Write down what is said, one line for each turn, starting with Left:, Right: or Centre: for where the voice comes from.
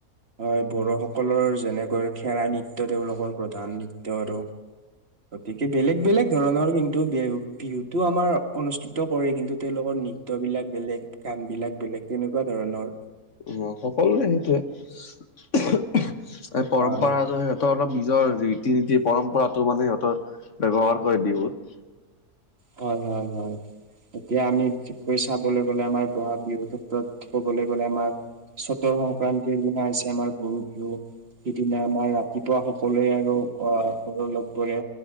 Right: হয় বড়োসকলৰ যেনেকৈ খেৰা নৃত্য তেওঁলোকৰ প্ৰধান নৃত্য আৰু গতিকে বেলেগ বেলেগ ধৰণৰ কিন্তু বেঅ বিহুটো আমাৰ অনুষ্ঠিত কৰে কিন্তু তেওঁলোকৰ নৃ- ত্য বিলাক বেলেগ, গান বিলাক বেলেগ তেনেকুৱা ধৰণৰ।
Left: অ', সকলোৰে সেইটোৱে এই পৰম্পৰাটো
Right: হয়
Left: স অলপ নিজৰ ৰীতি নীতি পৰম্পৰাতটো মানে সিহঁতৰ ব্যৱহাৰ কৰে বিহুত।
Right: হয়, হয়, হয়। এতিয়া আমি বিশেষকৈ চাবলৈ গ'লে আমাৰ বহাগ বিহুৰ ক্ষেত্ৰত ক'বলৈ গলে আমাৰ চ'তৰ সংক্ৰান্তিৰ দিনা হৈছে আমাৰ গৰু বিহু। সিদিনা আমাৰ ৰাতিপুৱা সকলোৱে আৰু অ', ঘৰ লগ বৰে